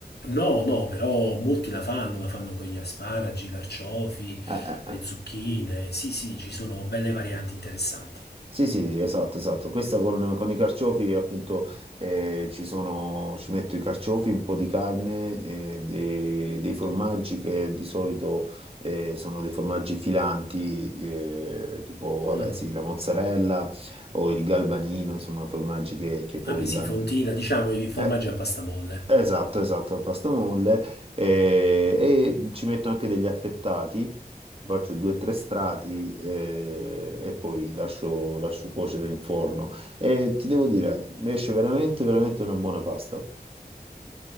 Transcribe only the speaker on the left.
No, no, però molti la fanno, la fanno con gli asparagi, i carciofi,
le zucchine. Sì, sì, ci sono belle varianti interessanti.
Mm.
Vabbè, sì,
fontina, diciamo i formaggi
a pasta molle.